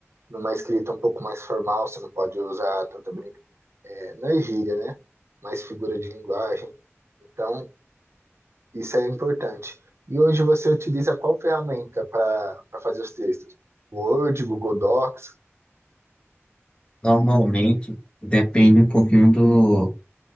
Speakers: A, on the right (about 60°); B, on the left (about 20°).
A: numa escrita um pouco mais formal, você não pode usar tanta brinca, é, não é gíria, né? Mais figura de linguagem. Então, isso é importante. E hoje você utiliza qual ferramenta para para fazer os textos? Word, Google Docs?
B: Normalmente, depende um pouquinho do